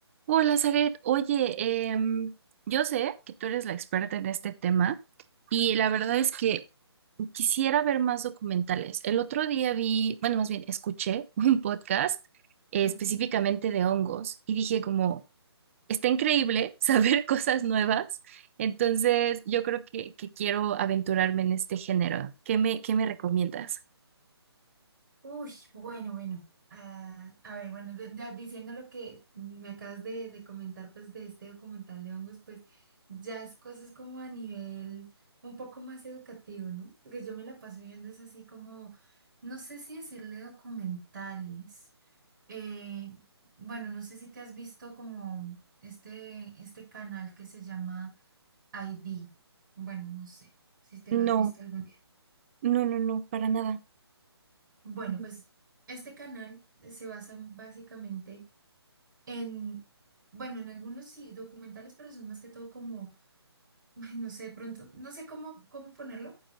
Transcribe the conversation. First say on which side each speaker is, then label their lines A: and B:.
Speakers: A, on the right (about 30°); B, on the right (about 50°).
A: Hola, Zaret. Oye, em, yo sé que tú eres la experta en este tema y la verdad es que quisiera ver más documentales. El otro día vi, bueno, más bien escuché <laughs> un podcast eh,
B: Ok.
A: específicamente de hongos y dije como, está increíble saber <laughs> cosas nuevas. Entonces, yo creo que, que quiero aventurarme en este género. ¿Qué me, qué me recomiendas?
B: Uy, bueno, bueno. Ah, a ver, bueno, de- ya diciendo lo que me acabas de, de comentar, pues de este documental de hongos, pues ya es cosas como a nivel un poco más educativo, ¿no? Porque yo me la paso viendo es así como, no sé si decirle documentales. Eh, bueno, no sé si te has visto como este, este canal que se llama ID. Bueno, no sé si te
A: No,
B: lo has visto algún día.
A: no, no, no, para nada.
B: Bueno,
A: Ujú.
B: pues este canal eh, se basa básicamente en, bueno, en algunos sí documentales, pero son más que todo como, <laughs> ay, no sé, de pronto, no sé cómo, cómo ponerlo,